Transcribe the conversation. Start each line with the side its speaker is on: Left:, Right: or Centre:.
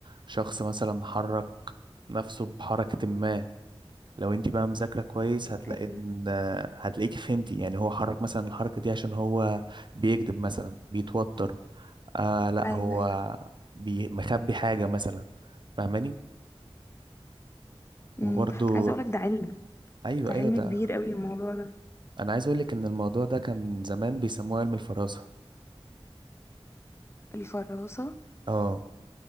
Right: شخص مثلا حرك نفسه بحركة ما لو انت بقى مذاكرة كويس هتلاقي
Left: ايوه
Right: ان هتلاقيكي فهمتي يعني هو حرك مثلا الحركة دي عشان هو بيكذب مثلا بيتوتر آه لا
Left: ايوه
Right: هو
Left: ايوه
Right: بي مخبي حاجة مثلا فاهماني
Left: امم
Right: وبرضو
Left: عايزه اقولك ده علم
Right: ايوه
Left: ده علم
Right: ايوه ده
Left: كبير قوي الموضوع ده
Right: انا عايز اقولك ان الموضوع ده كان زمان بيسموه علم الفراسة
Left: الفراسه
Right: اه